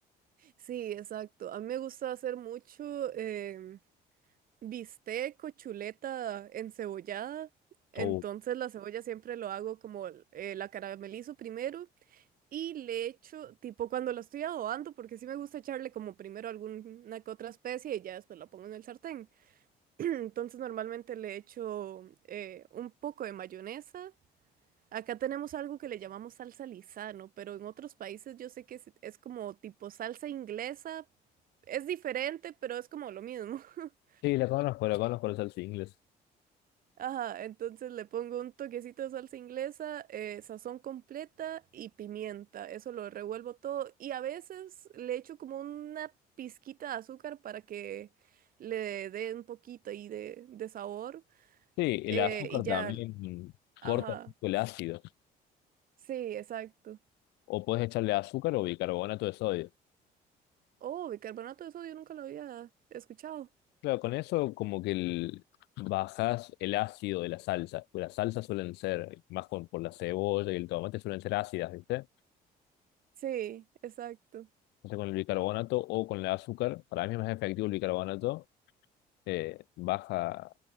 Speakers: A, on the right; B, on the left.
A: Sí, exacto. A mí me gusta hacer mucho em, bistec o chuleta encebollada. Entonces
B: Uh,
A: la cebolla siempre lo hago como eh, la caramelizo primero y le echo, tipo cuando la estoy adobando, porque sí me gusta echarle como primero alguna que otra especie y ya después la pongo en el sartén. <clears throat> Entonces normalmente le echo eh, un poco de mayonesa Acá tenemos algo que le llamamos salsa lisano, pero en otros países yo sé que es, es como tipo salsa inglesa. Es diferente, pero es como lo mismo. <laughs>
B: sí, la conozco, la conozco, la salsa inglesa.
A: Ajá, entonces le pongo un toquecito de salsa inglesa, eh, sazón completa y pimienta. Eso lo revuelvo todo y a veces le echo como una pizquita de azúcar para que le dé un poquito ahí de, de sabor.
B: Sí, el
A: eh,
B: azúcar
A: y ya,
B: también
A: ajá,
B: corta un poco el ácido.
A: sí, exacto.
B: O puedes echarle azúcar o bicarbonato de sodio.
A: Oh, bicarbonato de sodio nunca lo había escuchado.
B: Claro, con eso como que el, bajás el ácido de la salsa. Pues las salsas suelen ser, más con, por la cebolla y el tomate, suelen ser ácidas, ¿viste?
A: Sí, exacto.
B: Entonces con el bicarbonato o con el azúcar, para mí es más efectivo el bicarbonato, eh, baja